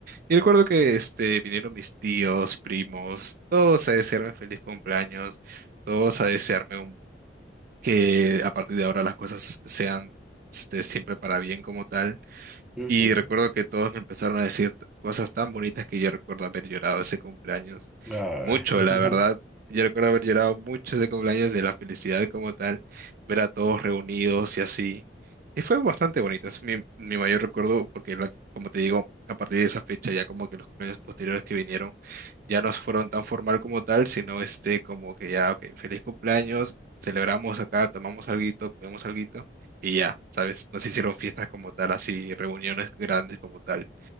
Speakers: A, on the right; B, in the centre.
A: Y recuerdo que este, vinieron mis tíos, primos, todos a desearme feliz cumpleaños, todos a desearme un- que a partir de ahora las cosas sean este, siempre para bien como tal.
B: Ujú.
A: Y recuerdo que todos me empezaron a decir t- cosas tan bonitas que yo recuerdo haber llorado ese cumpleaños.
B: Ay,
A: Mucho,
B: <laughs>
A: la verdad. Yo recuerdo haber llorado mucho ese cumpleaños de la felicidad como tal, ver a todos reunidos y así. Y fue bastante bonito, es mi, mi mayor recuerdo porque, la- como te digo, a partir de esa fecha ya como que los cumpleaños posteriores que vinieron ya no fueron tan formal como tal, sino este como que ya, ok, feliz cumpleaños, celebramos acá, tomamos alguito, comemos algo y ya, ¿sabes? No se hicieron fiestas como tal, así, reuniones grandes como tal,